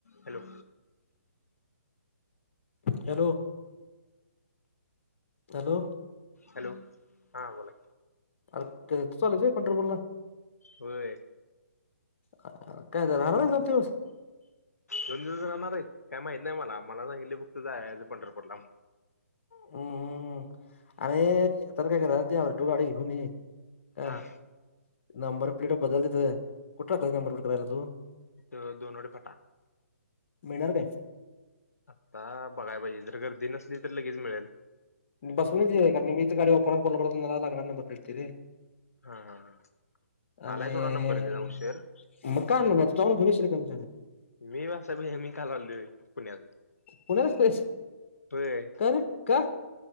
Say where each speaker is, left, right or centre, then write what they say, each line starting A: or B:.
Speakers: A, on the left; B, on the left.
A: Hello.
B: Hello. Hello.
A: Hello हां बोला
B: आर तू चाललास व्हय पंढरपूरला?
A: होय.
B: ह काय राहणार आहे दोन दिवस?
A: दोन दिवस राहणार आहे? काय माहित नाही मला. मला सांगितले फक्त जायाचं पंढरपूरला म्हणून
B: हमम. अरे मी येताना काय केलं, ती अल्टो गाडी घेऊन ये. काय
A: हा
B: नंबर प्लेट बदललेत व्हय कुठला नंबर प्लेट करायला तू?
A: द दोनवडे पटा
B: मिळणार काय?
A: आता बघाय पाहिजे. जर गर्दी नसली तर लगेच मिळल.
B: बसूनच कार मी तर गाडी वापरतला लग् ब ते <unintelligible>
A: हा हा हा.
B: आणि
A: आलाय थोडा नंबर त्याचा उशीर
B: <unintelligible>
A: मी <unintelligible> काल आलोय पुण्यातून
B: पुण्यालाच पाहिजे.
A: होय
B: का रे, का? <unintelligible>